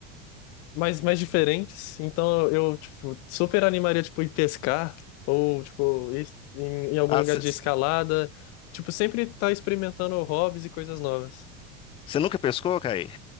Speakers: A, on the left (about 60°); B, on the left (about 20°).
A: mas mais diferentes. Então eu, tipo, super animaria, tipo, ir pescar ou, tipo, ir em, em algum
B: Ah,
A: lugar
B: você
A: de escalada. Tipo, sempre tá experimentando hobbies e coisas novas.
B: nunca pescou, Kaique?